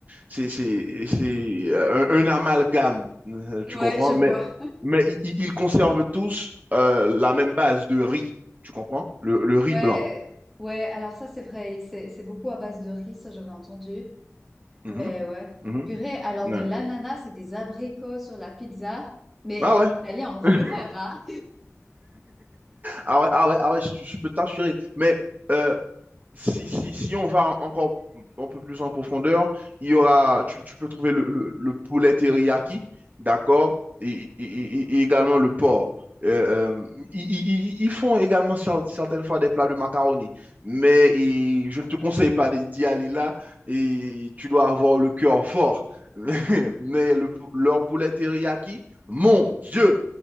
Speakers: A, on the right; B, in the centre.
A: c'est c'est- c'est euh, un, un amalgame, euh,
B: Ouais,
A: tu comprends?
B: je vois.
A: Mais, mais i- i- ils conservent tous euh, la même base de riz, tu comprends? Le, le riz
B: Ouais,
A: blanc.
B: ouais, alors ça, c'est vrai, c'est c'est beaucoup à base de riz, ça, j'avais entendu.
A: Mhm,
B: Mais ouais.
A: mhm,
B: Purée, alors
A: ouais.
B: de l'ananas et des abricots sur la pizza, mais
A: Ah
B: les
A: ouais?
B: Italiens en fureur,
A: <laughs>
B: hein?
A: Ah ouais, ah ouais, ah ouais, je, je peux t'assurer. Mais euh, si, si, si on va en- encore un peu plus en profondeur, il y aura, tu, tu peux trouver le, le, le poulet teriyaki, d'accord, et, et- et- et également le porc. Euh, euh, ils, ils- ils- ils font également cer- certaines fois des plats de macaroni, mais et je ne te conseille pas d'y d'y aller là, et tu dois avoir le cœur fort. <laughs> Mais le, pou- leur poulet teriyaki, mon Dieu!